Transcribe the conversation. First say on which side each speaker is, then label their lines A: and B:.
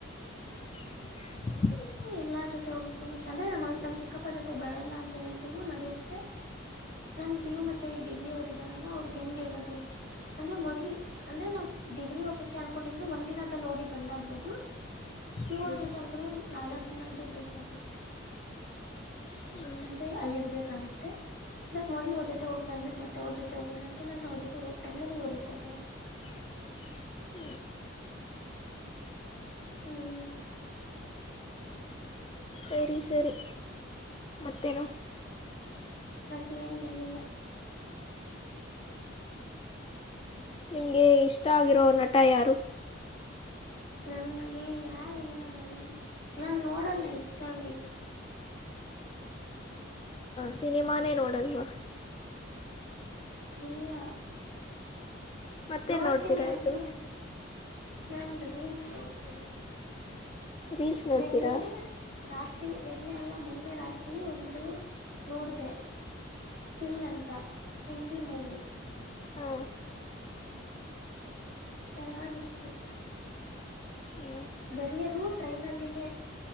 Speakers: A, on the left (about 25°); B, on the left (about 55°).
A: <unintelligible>
B: ಎಲ್ಲಾರ ಜೊತೆ ಹೋಗಕ್ಕು ಇಷ್ಟ ಅಂದ್ರೆ ನಮ್ಮ ನಮ್ ಚಿಕ್ಕಪ್ಪ ಜೊತೆ ಬರಲ್ಲ ಅಂತ ಹೇಳಿದ್ರುನು ನಡಿಯತ್ತೆ.. ನನ್ ಪಿ ಯು ಮತ್ತೆ ಡಿಗ್ರಿ ಅವರು ಇದ್ದಾರಲ್ಲ ಅವ್ರಗ್ ಹೆಂಗ ಹೇಳೋದು ಅಂತ ಅಂದ್ರೆ ಮೊದ್ಲಿ ಅಂದ್ರೆ ನಾವ್. ಡಿಗ್ರಿ ಅವ್ರ ಜೊತೆ ಅನ್ಕೊಂಡಿರೋದು ಒಂದ್ನದಲ್ಲಿ ಹೋಗಿ ಬಂದ್ ಆ್ಬಹುದು.. ಪ್ಯೂರ್
A: ಹ್ಞೂ
B: ಜೊತೆ ಅನ್ಕೊಂಡಿ ನಾಲ್ಕ್ ದಿನ ಆದ್ರೂ ಬೇಕಾಗತ್ತೆ
A: ಹ್ಞೂ
B: ಅಂದ್ರೆ ಅಲ್ಲಿರ್ಬೇಕಾಗತ್ತೆ ಇದಾ ಮೊದ್ಲ ಇವ್ರ ಜೊತೆ ಹೋಗ್ ಬಂದಬಿಟ್ಟ ಮತ್ತ ಅವ್ರ ಜೊತೆ ಹೋಗೋಣ ಅಂತ ಅಂದ್ರ ಅವ್ರ ಜೊತೆ ಹೋಗ್ ಬಂದ ಮೇಲೆ ಇ್ರ ಜೊತೆ ಹೋಗೋಣ ಅಂತ
A: <unintelligible>
B: ಹ್ಮ್
A: ಸರಿ ಸರಿ ಮತ್ತೇನು
B: ಮತ್ತೆ ಏನ್ ಹೇಳಿಲ್ಲ್
A: ನಿಮಗೆ ಇಷ್ಟ ಆಗಿರೋ ನಟ ಯಾರು.
B: ನನ್ಗೆ ಯಾರಿಲ್ಲ ನನ್ ನನ್ ನೋಡಲ್ಲ ಹೆಚ್ಚಾಗಿ
A: ಸಿನಿಮಾನೇ ನೋಡಲ್ವಾ..
B: ಇಲ್ಲ..
A: ಮತ್ತೆ
B: ನೋಡ್ತೀನಿ
A: ನೋಡ್ತೀರಾ
B: ಆದ್ರ
A: ನೀವು
B: ನನ ರೀಲ್ಸ್ ನೋಡ್ತೀನಿ
A: ರೀಲ್ಸ್ ನೋಡ್ತೀರಾ
B: ನಿನ್ನೆ ರಾತ್ರಿ ನಿನ್ನೆ ಅಲ್ಲ ಮೊನ್ನೆ ರಾತ್ರಿ ಒಂದು ನೋಡಿದೆ ಕಿಲ್ ಅಂತ ಹಿಂದಿ ಮೂವಿ.
A: ಹಾ
B: ಚೆನ್ನಾಗಿತ್ತು.
A: ಹ್ಞೂ
B: ಬರೀಯದು ಟ್ರೈನಲ್ಲಿನೇ